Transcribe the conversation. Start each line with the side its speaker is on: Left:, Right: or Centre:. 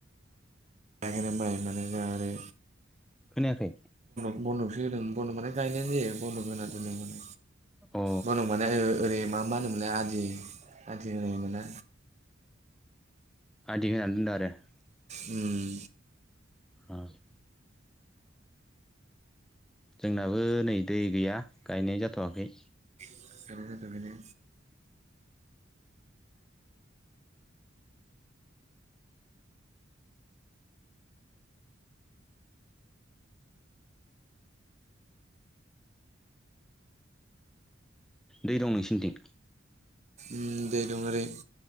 Right: गायाखैनो माइ माने जोंहा आरो
Centre: खोनायाखै
Right: बनद'कसो होदों बनदक माने गायनायानो जायो बनदक होना दोनदों माने
Centre: अ
Right: बनदक माने ओरै मा मा होनोमोनलाय आदि आदि होनोमोनना
Centre: आदि होनानै दोनदों आरो
Right: उम
Centre: अ जोंनाबो नै दै गैया गायनाय जाथ'वाखै
Right: गायनाय जाथ'आखैना
Centre: दै दं नोंसिनिथिं
Right: उम दै दं ओरै